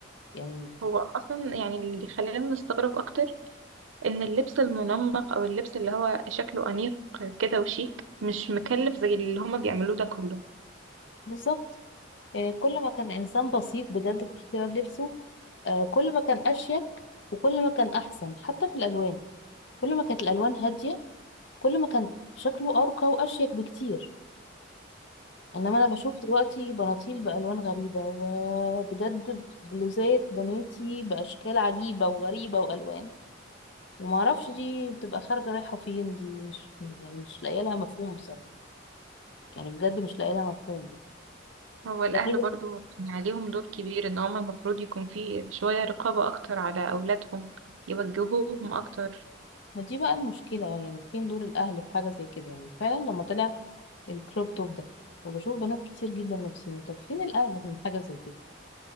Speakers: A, on the left; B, on the right.
A: يعني
B: هو اصلا يعني اللي خلانا نستغرب اكتر ان اللبس المنمق او اللبس اللي هو شكله انيق كده وشيك مش مكلف زي اللي هما بيعملوه ده كله
A: بالظبط يعني كل ما كان إنسان بسيط بجد في اختيار لبسه آه، كل ما كان أشيك وكل ما كان أحسن حتى في الألوان كل ما كانت الألوان هادية كل ما كان شكله أرقى وأشيك بكتير إنما أنا بشوف دلوقتي بناطيل بألوان غريبة وبجد بلوزات بناتي بأشكال عجيبة وغريبة وألوان ومعرفش دي بتبقى خارجة رايحة فين دي مش يعني مش لاقية لها مفهوم بصراحة يعني بجد مش لاقية لها مفهوم يعني
B: هو الأهل
A: لا هي
B: برضو يعني عليهم دور كبير إن هما المفروض يكون في شوية رقابة أكتر على أولادهم يوجهوهم أكتر
A: ما دي بقى المشكلة يعني فين دور الأهل في حاجة زي كده يعني فعلا لما طلع الكروب توب ده وبشوف بنات كتير جدا لابسينه طب فين الأهل من حاجة زي كده